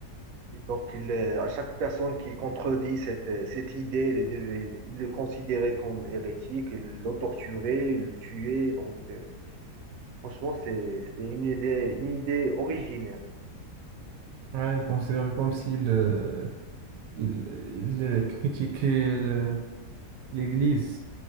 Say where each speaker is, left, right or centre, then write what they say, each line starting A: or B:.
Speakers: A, on the right; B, on the right.
A: et donc, il, euh, à chaque personne qui contredit cette, euh, cette idée, il, devait- il le considérait comme hérétique, il le torturait, il le tuait. Donc, euh, franchement, c'est, c'est une idée, une idée originaire.
B: Ouais, il considère comme s'il euh, il, il, euh, critiquait le- l'Église.